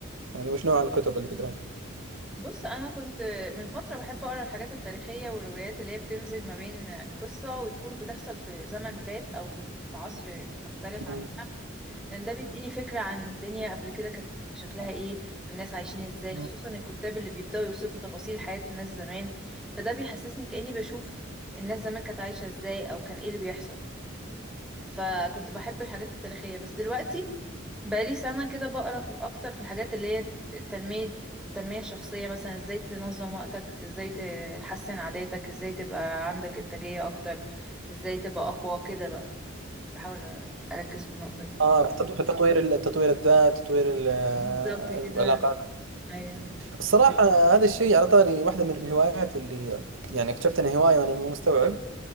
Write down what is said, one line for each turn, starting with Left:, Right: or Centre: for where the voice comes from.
Right: يعني وش نوع الكتب اللي تقرين؟
Centre: بص انا كنت من فتره بحب اقرا الحاجات التاريخيه والروايات اللي هي بتمزج ما بين قصه وتكون بتحصل في زمن فات او في في عصر مختلف عننا
Right: مم.
Centre: لان ده بيديني فكرة عن الدنيا قبل كده كانت شكلها ايه الناس عايشين ازاي
Right: مم.
Centre: خصوصا الكتاب اللي بيبدأوا يوصفوا تفاصيل حياة الناس زمان فده بيحسسني كأني بشوف الناس زمان كانت عايشة ازاي او كان ايه اللي بيحصل فكنت بحب الحاجات التاريخية بس دلوقتي بقالي سنة كده بقرا في اكتر في الحاجات اللي هي تنمية التنمية الشخصية مثلا ازاي تنظم وقتك ازاي تحسن عاداتك ازاي تبقى عندك انتاجية اكتر ازاي تبقى اقوى كده بقى بحاول اركز في النقطة دي
Right: اه في تطو- في تطوير ال- تطوير الذات تطوير ال- آه،
Centre: بالظبط كده
Right: العلاقات
Centre: ايوه
Right: الصراحة هذا الشيء على طاري واحدة من الهوايات اللي يعني اكتشفت انها هواية وانا مو مستوعب